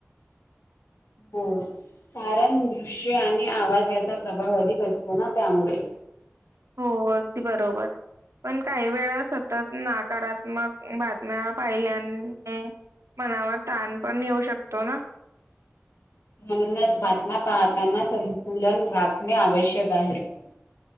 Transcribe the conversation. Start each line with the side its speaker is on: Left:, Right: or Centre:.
Left: हो कारण दृश्य आणि आवाज याचा प्रभाव अधिक असतो ना त्यामुळे
Right: हो अगदी बरोबर पण काही वेळा सतत नकारात्मक बातम्या पाहिल्याने <unintelligible> मनावर ताण पण येऊ शकतो ना
Left: म्हणूनच बातम्या पाहताना संतुलन राखणे आवश्यक आहे. <unintelligible>